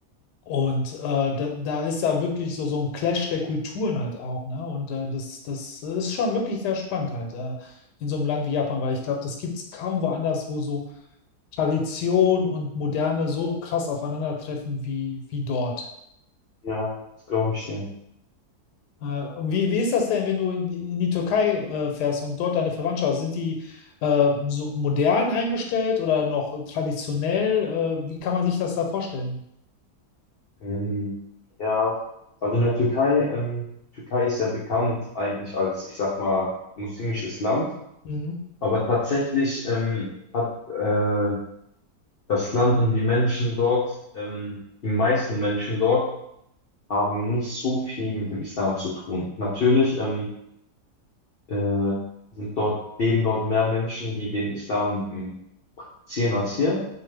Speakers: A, on the left; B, on the left.
A: und äh, da, da ist da wirklich so, so ein Clash der Kulturen halt auch, ne? Und äh, das, das ist schon wirklich sehr spannend halt äh, in so einem Land wie Japan, weil ich glaube, das gibt es kaum woanders, wo so Tradition und Moderne so krass aufeinandertreffen wie, wie dort.
B: ja, das glaube ich dir.
A: Äh, und wie, wie ist das denn, wenn du in, die- in die Türkei äh, fährst und dort deine Verwandtschaft? hast? Sind die äh, so modern eingestellt oder noch traditionell? Äh, wie kann man sich das da vorstellen?
B: Ähm, ja, also in der Türkei, ähm, die Türkei ist ja bekannt eigentlich als, ich sag mal, muslimisches Land,
A: Mhm.
B: aber tatsächlich ähm, hat äh, das Land und die Menschen dort, ähm, die meisten Menschen dort, haben nicht so viel mit dem Islam zu tun. Natürlich ähm, äh, sind dort, leben dort mehr Menschen, die den Islam ähm, praktizieren als hier,